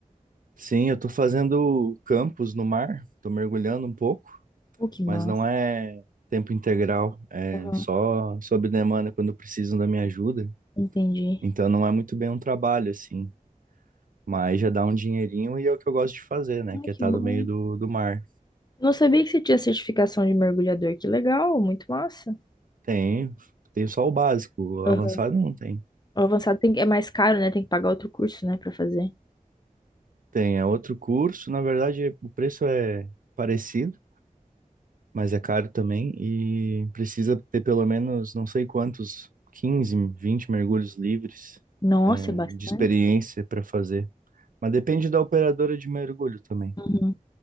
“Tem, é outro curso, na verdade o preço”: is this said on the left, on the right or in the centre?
Right